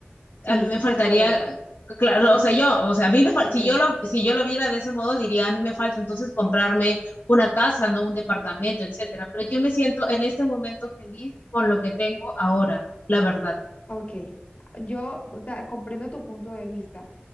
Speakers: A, on the left; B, on the left.
A: Sí,
B: a mí
A: sí
B: me faltaría,
A: se puede.
B: claro, o sea, yo, o sea, a mí me fal-
A: okay,
B: si yo lo, si yo lo viera de ese modo, diría, a mí me falta entonces comprarme una casa, no un departamento, etcétera. Pero yo me siento en este momento feliz con lo que tengo ahora, la verdad.
A: okay. yo ta- comprendo tu punto de vista,